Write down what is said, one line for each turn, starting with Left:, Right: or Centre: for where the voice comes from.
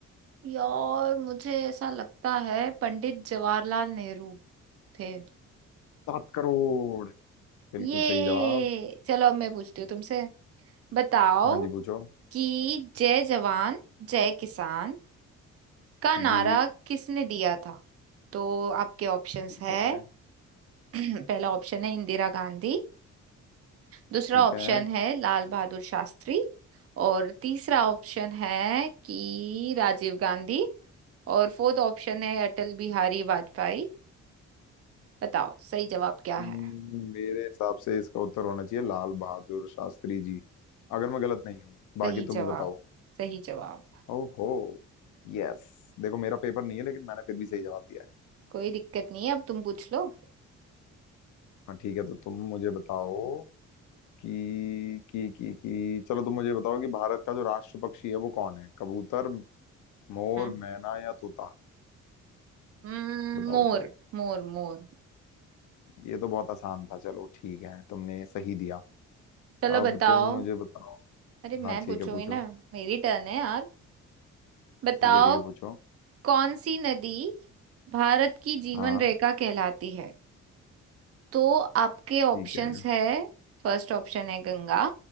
Right: यार मुझे ऐसा लगता है पंडित जवाहरलाल नेहरू थे
Left: सात करोड़ बिल्कुल
Right: ये
Left: सही जवाब
Right: चलो अब मैं पूछती हूँ तुमसे बताओ
Left: हाँ जी पूछो
Right: कि जय जवान जय किसान का नारा
Left: जी
Right: किसने दिया था तो आपके ऑप्शंस
Left: ठीक
Right: है
Left: है
Right: <clears throat> पहला ऑप्शन है इंदिरा गांधी दूसरा
Left: ठीक
Right: ऑप्शन
Left: है
Right: है लाल बहादुर शास्त्री और तीसरा ऑप्शन है कि राजीव गांधी और फोर्थ ऑप्शन है अटल बिहारी वाजपेयी बताओ सही जवाब क्या
Left: हम्म,
Right: है
Left: मेरे हिसाब से इसका उत्तर होना चाहिए लाल बहादुर शास्त्री जी अगर मैं गलत नहीं हूँ बाकी
Right: सही
Left: तुम
Right: जवाब
Left: ही बताओ
Right: सही जवाब
Left: ओहो यस देखो मेरा पेपर नहीं है लेकिन मैंने फिर भी सही जवाब दिया है
Right: कोई दिक्कत नहीं है अब तुम पूछ लो
Left: हाँ ठीक है तो तुम मुझे बताओ कि कि कि कि चलो तुम मुझे बताओ कि भारत का जो राष्ट्र पक्षी है वो कौन है कबूतर मोर
Right: हम्म
Left: मैना या तोता
Right: हम्म,
Left: बताओ
Right: मोर
Left: बताओ
Right: मोर मोर
Left: ये तो बहुत आसान था चलो ठीक है तुमने सही दिया
Right: चलो
Left: अब
Right: बताओ
Left: तुम मुझे बताओ
Right: अरे
Left: हाँ
Right: मैं
Left: ठीक
Right: पूछूंगी
Left: है पूछो
Right: ना मेरी टर्न है यार बताओ
Left: ठीक है ठीक है पूछो
Right: कौन सी नदी भारत की जीवन
Left: हाँ
Right: रेखा कहलाती है तो आपके ऑप्शंस
Left: ठीक है
Right: है फर्स्ट ऑप्शन है गंगा